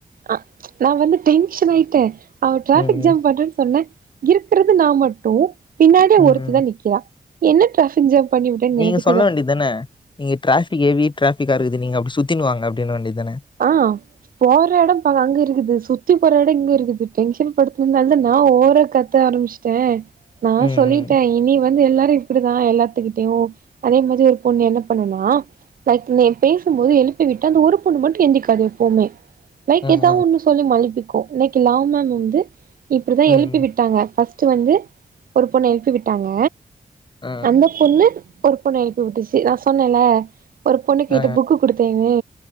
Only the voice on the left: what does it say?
ம், ம்.
ம்,
ம்.
நீங்க
சொல்ல
வேண்டியதானே இங்க ட்ராபிக் ஹெவி ட்ரா பிகா இருக்குது நீங்க அப்டி சுத்தினு வாங்க அப்டின்னு வேண்டியது தானே.
ம்,
ம்.
ம், ம்.
ம்,
ம்.
ஆ,
ஆ,